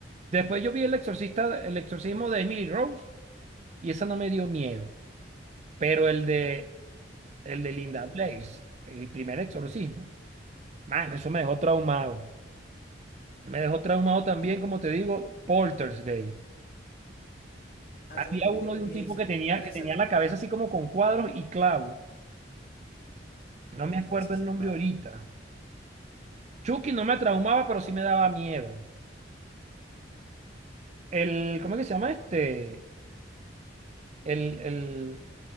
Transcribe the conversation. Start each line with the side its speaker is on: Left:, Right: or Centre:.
Right: Después yo vi El Exorcista, El Exorcismo de Emily Rose y esa no me dio miedo, pero el de, el de Linda
Left: ¿Cuál es?
Right: Blair, el primer exorcismo, mano, eso me dejó traumado. Me dejó traumado también, como te digo, Poltergeist.
Left: Ah,
Right: Había
Left: esa es la que tú me
Right: uno
Left: dijiste que
Right: de
Left: es
Right: un
Left: viejísima.
Right: tipo que tenía,
Left: Pero
Right: que
Left: esa,
Right: tenía la cabeza así como con cuadros y clavos. No
Left: concha,
Right: me acuerdo
Left: esa
Right: el
Left: sí
Right: nombre
Left: no la
Right: ahorita.
Left: vi.
Right: Chucky no me traumaba, pero sí me daba miedo. El, ¿cómo es que se llama este? El, el,